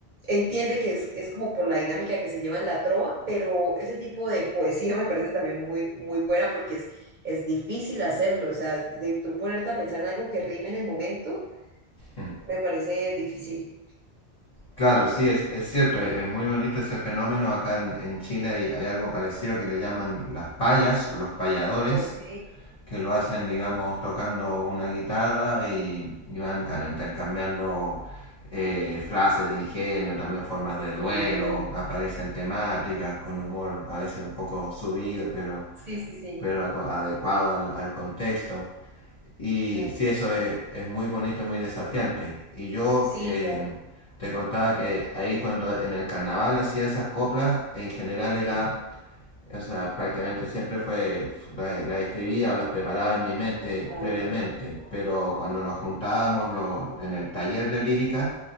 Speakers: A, on the right (about 55°); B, on the left (about 40°).
A: entiende que es, es como por la dinámica que se lleva en la trova, pero ese tipo de poesía <laughs> me parece también muy, muy buena porque es, es difícil hacerlo, o sea, de tú ponerte a pensar en algo que rime en el momento,
B: Mm.
A: me parece difícil.
B: Claro, sí, es, es cierto, es, es muy bonito ese fenómeno. Acá en, en Chile hay, hay algo parecido que le llaman las payas o los payadores,
A: Ok,
B: que lo hacen, digamos, tocando una guitarra y, y van, claro, intercambiando eh, frases de ingenio, también formas de duelo,
A: genial.
B: aparecen temáticas con humor a veces un poco subido, pero,
A: Sí, sí, sí.
B: pero acu- adecuado al, al contexto. Y
A: Ay,
B: sí,
A: genial.
B: eso es, es muy bonito y muy desafiante. Y yo
A: Sí,
B: eh,
A: claro,
B: te contaba que ahí cuando en el carnaval hacía esas coplas, en general
A: sí,
B: era, o sea, prácticamente siempre fue, las la escribía o las preparaba en mi mente
A: claro.
B: previamente, pero cuando nos juntábamos lo- en el taller de lírica,